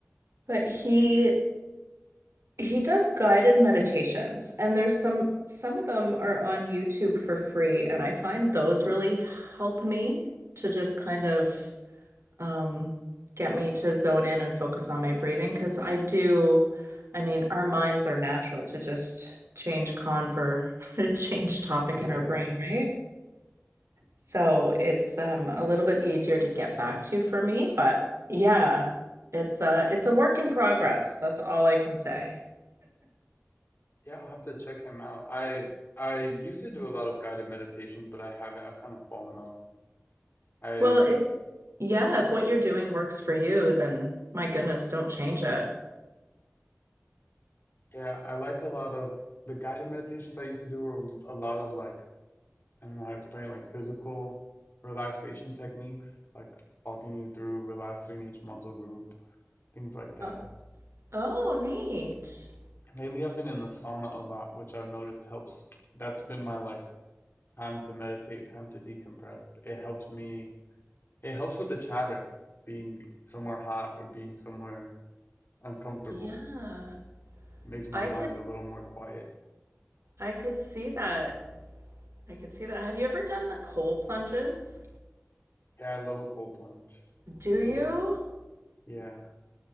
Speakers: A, on the right; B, on the left.
A: but he He does guided meditations, and there's some some of them are on YouTube for free, and I find those really help me to just kind of um, get me to zone in and focus on my breathing because I do, I mean, our minds are natural to just change conver, <laughs> change topic
B: Yeah.
A: in our brain, right? So it's um, a little bit easier to get back to for me, but yeah, it's uh, it's a work in progress. That's all I can say.
B: Yeah, I'll have to check him out. I I used to do a lot of guided meditation, but I haven't. I've kind of fallen off. I
A: Well, if Yeah, if what you're doing works for you, then my goodness, don't change it.
B: yeah, I like a lot of the guided meditations I used to do were a lot of like I don't know how to explain it, like physical relaxation techniques, like walking you through relaxing each muscle group, things like that.
A: Oh, oh, neat.
B: Lately, I've been in the sauna a lot, which I've noticed helps. That's been my like time to meditate, time to decompress. It helps me. It helps with the chatter, being somewhere hot or being somewhere uncomfortable.
A: Yeah.
B: Makes my
A: I
B: mind
A: could s-
B: a little more quiet.
A: I could see that. I could see that. Have you ever done the cold plunges?
B: Yeah, I love a cold plunge.
A: Do you?
B: I love, yeah.